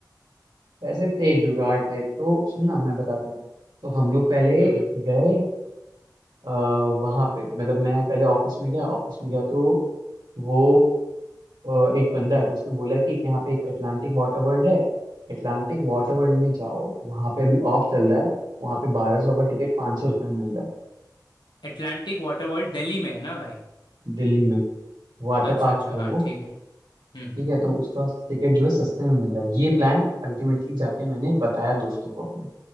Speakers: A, on the right (about 85°); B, on the left (about 85°).
A: पैसे थे जुगाड़ टाइप तो सुनना मैं बताता हूँ तो हम लोग पहले
B: हम्म हम्म
A: गए आ, वहाँ पे मतलब मैं पहले ऑफिस में गया ऑफिस में गया तो वो अ, एक बंदा है तो उसने बोला कि एक यहाँ पे एक अटलांटिक वाटर वर्ल्ड है अटलांटिक वाटर वर्ल्ड में जाओ वहाँ पे अभी ऑफ चल रहा है वहाँ पे बारह सौ का टिकट पाँच सौ रुपये में मिल रहा
B: अटलांटिक वाटर वर्ल्ड दिल्ली में है ना भाई
A: है दिल्ली में वाटर
B: अच्छा
A: पार्क
B: अच्छा
A: है
B: हाँ
A: वो
B: ठीक है हम्म हम्म
A: ठीक है तो उसका टिकट जो है सस्ते में मिल रहा है ये प्लान अल्टीमेटली जाके मैंने बताया दोस्तों को अपने